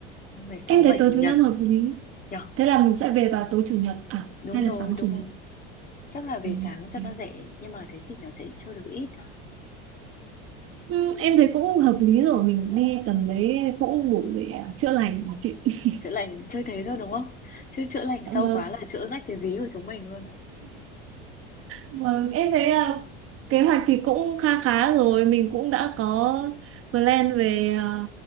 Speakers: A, on the left; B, on the right.
A: ngày 6
B: Em thấy
A: 7
B: tối
A: Chủ nhật
B: thứ năm hợp lý.
A: nhở
B: Thế là mình sẽ về vào tối chủ nhật à
A: Đúng
B: hay
A: rồi,
B: là sáng
A: đúng
B: chủ nhật.
A: rồi. Chắc là về
B: Ừ.
A: sáng cho
B: ok.
A: nó rẻ, nhưng mà thế thì nó sẽ chơi được ít ha.
B: Ừ, em thấy cũng hợp lý rồi mình đi tầm đấy cũng đủ để à, chữa lành của chị. <laughs>
A: Chữa lành chơi thế thôi đúng không? Chứ chữa lành
B: Dạ
A: sâu
B: Vâng.
A: quá là chữa rách cái ví của chúng mình luôn
B: Vâng, em thấy à, kế hoạch thì cũng kha khá rồi, mình cũng đã có plan về, à,